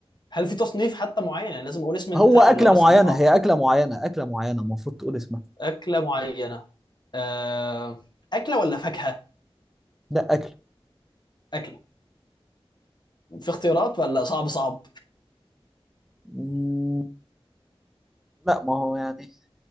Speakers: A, on the left; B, in the centre.
A: هل في تصنيف حتى معين يعني لازم اقول اسم البتاع
B: هو اكله
A: ولا هو بس
B: معينه
A: انه طعام
B: هي اكله معينه اكله معينه المفروض تقول اسمها
A: اكلة معينة أه اكلة ولا فاكهة
B: لا اكل
A: اكلة في اختيارات ولا صعب صعب
B: مم، لا ما هو يعني